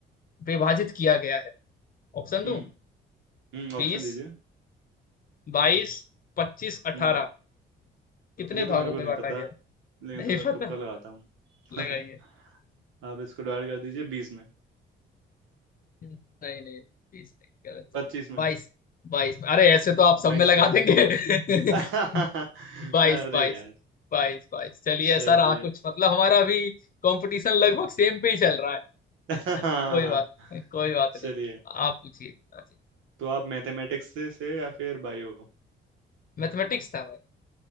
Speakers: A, on the left; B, on the right.
A: विभाजित किया गया है ऑप्शन दूं
B: हम्म हम्म ऑप्शन
A: बीस
B: दीजिए
A: बाईस पच्चीस अठारह
B: हम्म
A: कितने
B: ये
A: भागों
B: तो मेरे को
A: में
B: नहीं
A: बांटा
B: पता
A: गया है?
B: लेकिन
A: नहीं
B: थोड़ा तुक्का
A: पता
B: लगाता हूँ
A: लगाइए
B: <laughs> आप इसको डिवाइड कर दीजिए बीस में
A: नहीं नहीं बीस नहीं गलत जवाब
B: पच्चीस में
A: बाईस बाईस अरे ऐसे तो आप सब
B: बाईस
A: में लगा
B: गया
A: देंगे
B: <laughs>
A: <laughs> बाईस
B: अरे
A: बाईस
B: यार
A: बाईस बाईस चलिए
B: चलिए
A: सर आ कुछ मतलब हमारा भी कंपटीशन लगभग सेम पे ही चल रहा है
B: <laughs>
A: चलिए
B: हाँ
A: कोई बात नहीं कोई बात
B: चलिए
A: नहीं आप पूछिए हाँ जी
B: तो आप मैथमेटिक्स से, से या फिर बायो
A: मैथमेटिक्स था भाई